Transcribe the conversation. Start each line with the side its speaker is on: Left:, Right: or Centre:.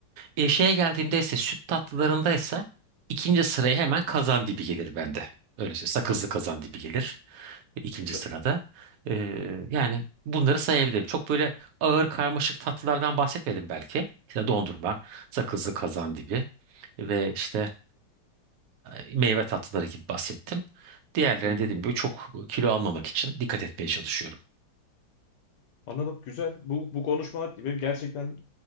Right: E, şeye geldiğimde ise süt tatlılarındaysa ikinci sıraya hemen kazandibi gelir bende. Öyle şey sakızlı kazandibi gelir ikinci
Left: Güzel.
Right: sırada. Ee, yani bunları sayabilirim. Çok böyle ağır karmaşık tatlılardan bahsetmedim belki. İşte dondurma, sakızlı kazandibi ve işte e, meyve tatlıları gibi bahsettim. Diğerlerine
Left: Hı hı.
Right: dediğim gibi çok kilo almamak için dikkat etmeye çalışıyorum.
Left: Anladım. Güzel. Bu, bu konuşma benim gerçekten